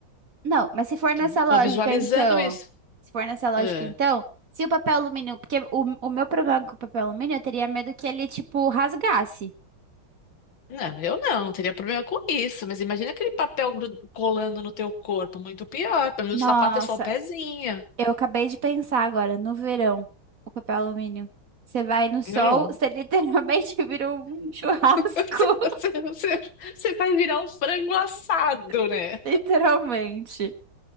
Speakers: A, on the right; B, on the left.
A: Não, mas se for
B: Eu tô,
A: nessa lógica,
B: tô visualizando
A: então.
B: isso.
A: Se for nessa lógica,
B: Ah,
A: então. Se o papel alumínio. Porque o, o meu problema com o papel alumínio, eu teria medo que ele, tipo, rasgasse.
B: não, eu não teria problema com isso. Mas imagina aquele papel gru- colando no teu corpo, muito pior. Pelo menos
A: Nossa,
B: o sapato é só o pezinho.
A: eu acabei de pensar agora, no verão, o papel alumínio. Você vai no sol,
B: Não.
A: você
B: <laughs>
A: literalmente <laughs> vira um churrasco.
B: Você, você, você você vai virar um frango assado, né?
A: <laughs> Literalmente.